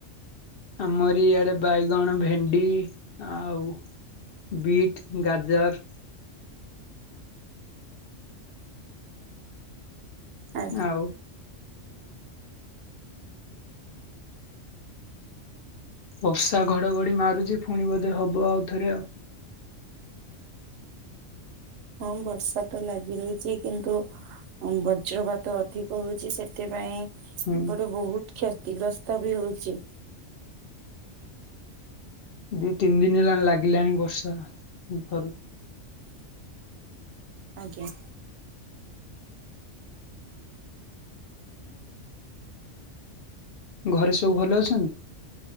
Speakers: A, on the left (about 60°); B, on the right (about 75°).
A: ଆମରି ଇଆଡେ ବାଇଗଣ, ଭେଣ୍ଡି ଆଉ ବିଟ୍, ଗାଜର
B: ଆଜ୍ଞା
A: ଆଉ ବର୍ଷା ଘଡଘଡି ମାରୁଛି, ପୁଣି ବୋଧେ ହବ ଆଉଥରେ ଆଉ।
B: ହଁ ବର୍ଷା ତ ଲାଗି ରହିଛି, କିନ୍ତୁ ବଜ୍ରପାତ ଅଧିକ ହଉଛି, ସେଥିପାଇଁ
A: ହୁଁ।
B: ଏପଟେ ବହୁତ କ୍ଷତିଗ୍ରସ୍ତ ବି ହଉଛି।
A: ଦି ତିନି ଦିନ ହେଲାଣି ଲାଗିଲାଣି ବର୍ଷା। <unintelligible>
B: ଆଜ୍ଞା।
A: ଘରେ ସବୁ ଭଲ ଅଛନ୍ତି?